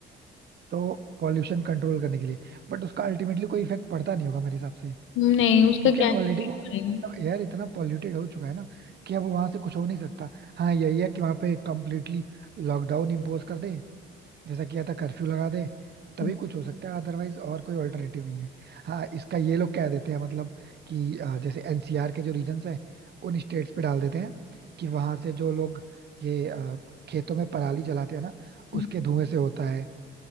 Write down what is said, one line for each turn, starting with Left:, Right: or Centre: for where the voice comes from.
Right: तो पॉल्यूशन कंट्रोल करने के लिए बट उसका अल्टीमेटली कोई इफेक्ट पड़ता नहीं होगा मेरे हिसाब से
Left: नहीं उसका
Right: क्योंकि
Left: क्या
Right: यार ऑलरेडी वो
Left: पड़ेगा
Right: मतलब एयर इतना पॉल्यूटेड हो चुका है ना कि अब वहां से कुछ हो नहीं सकता हाँ यही है कि वहां पे कम्प्लीटली लॉकडाउन इम्पोज कर दे जैसा किया था कर्फ्यू लगा दे तभी
Left: हम्म,
Right: कुछ हो सकता है अदरवाइज और कोई ऑल्टरनेटिव नहीं है हाँ इसका ये लोग कह देते हैं मतलब कि अ, जैसे एनसीआर के जो रीजन्स हैं उन स्टेट्स पे डाल देते हैं कि वहां से जो लोग ये अ, खेतों में पराली जलाते हैं ना
Left: हम्म।
Right: उसके धुएं से होता है